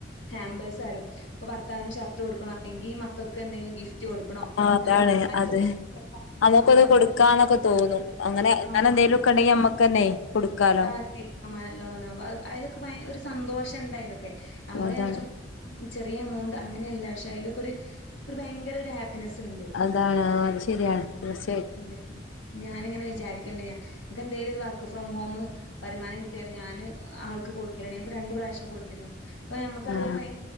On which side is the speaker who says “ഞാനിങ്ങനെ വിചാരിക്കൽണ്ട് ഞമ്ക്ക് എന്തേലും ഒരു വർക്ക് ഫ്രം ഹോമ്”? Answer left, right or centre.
Left